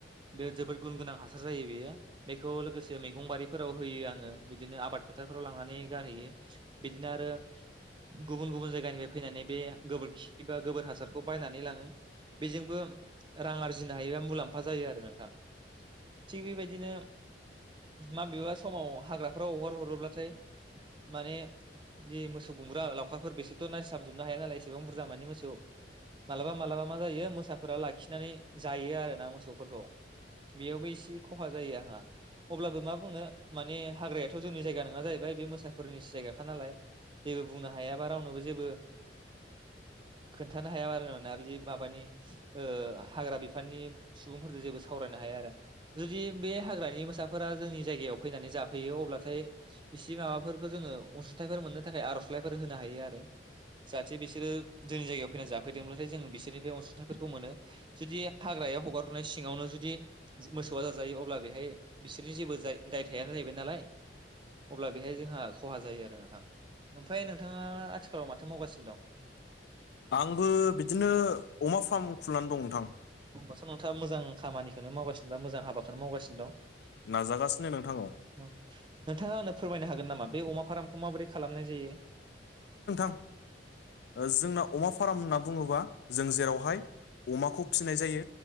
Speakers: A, on the right; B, on the left.
A: बे जोबोद गुन गोनां हासार जायो बेयो बेखौ लोगोसे मैगं बारिफोराव होयो आंङो बिदिनो आबाद फोथारफोराव लांनानै गारहैयो बिदिनो आरो गुबुन गुबुन जायगानिफ्राय फैनानै बे गोबोरखि बा गोबोर हासारखौ बायनानै लाङो बेजोंबो रां आरजिनो हायोबा मुलाम फा जायो आरो नोंथां। थिग बेबायदिनो माबेबा समाव हाग्राफोराव हगार हरोब्लाथाय माने जि मोसौ गुमब्रा लावखारफोर बेसोरथ नाय थाबजोबनो हाया नालाय एसेबां बुरजा माने मो <unintelligible> मालाबा मालाबा मा जायो मोसाफोरा लाखिनानै जायो आरोना मोसौफोरखौ बेयावबो इसे खहा जायो आहा अब्लाबो मा बुंनो माने हाग्रायाथ' जोंनि जायगा नोङा जाहैबाय बे मोसाफोरनिसो जायगाखा नालाय जेबो बुंनो हायाबा रावनोबो जेबो खोन्थानो हाया आरो ना बिदि माबानि ओ हाग्रा बिफाननि सुबुंफोरजो जेबो सावरायनो हाया आरो जुदि बे हाग्रानि मोसाफोरा जोंनि जायगायाव फैनानै जाफैयो अब्लाथाय इसे माबाफोरखो जोङो असुंथाइफोर मोननो थाखाय आर'जलाइफोर होनो हायो आरो। <inaudible> जाहाथे बिसोरो जोंनि जायगायाव फैना जाफैदोंब्ला थाय जों बिसोरनिफ्राय अनसुंथाइफोरखौ मोनो। जुदि हाग्रायाव हगार हरनाय सिङावनो जुदि मोसौआ जाजायो अब्ला बेहाय बिसोरनि जेबो जाय दाय थायानो जाहैबाय नालाय अब्ला बेहाय जोंहा खहा जायो आरो नोंथां ओमफ्राय नोंथाङा आथि खालाव माथो मावगासिनो दं?
B: आंबो बिदिनो अमा फार्म खुलिनानै दं नोंथां।
A: ओमबास' नोंथाङा मोजां खामानिखोनो मावगासिनो बा मोजां हाबाखोनो मावगासिनो दं।
B: नाजागासिनो नोंथां औ
A: नोंथाङा आंनो फोरमायनो हागोन नामा बे अमा फाराम खौ माबोरै खालामनाय जायो? <inaudible>
B: ओ जोंनाव अमा फार्म होन्ना बुङोबा जों जेरावहाय अमाखौ फिसिनाय जायो